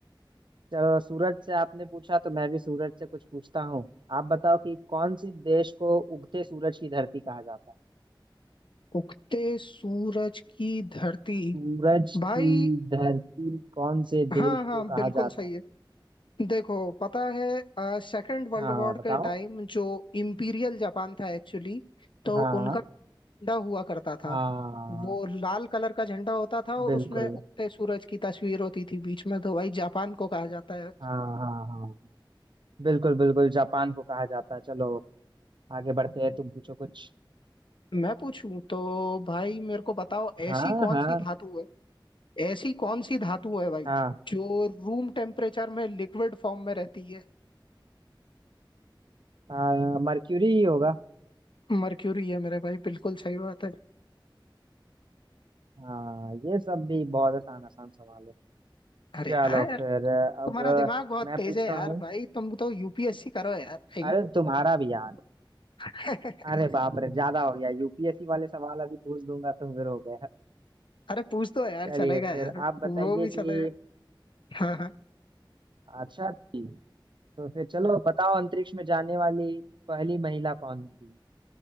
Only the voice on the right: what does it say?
चलो सूरज से आपने पूछा तो मैं भी सूरज से कुछ पूछता हूँ आप बताओ कि कौन से देश को उगते सूरज की धरती कहा जाता है
सूरज की
धरती कौन से
देश
को कहा
जाता
है
हाँ
बताओ
हाँ
हाँ
बिल्कुल
हाँ हाँ हाँ बिल्कुल बिल्कुल जापान को कहा जाता है चलो आगे बढ़ते हैं तुम पूछो कुछ
हाँ
हाँ
हाँ
हाँ मर्क्यूरी ही होगा
हाँ ये सब भी बहुत आसान आसान सवाल है
चलो
फिर अब
मैं
पूछता
हूँ
अरे तुम्हारा भी यार
अरे बाप रे ज्यादा हो गया यूपीएससी वाले सवाल अभी पूछ दूंगा तो फिर हो गया
चलिए
फिर
आप बताइए
कि
अच्छा जी तो फिर चलो बताओ अंतरिक्ष में जाने वाली पहली महिला कौन थी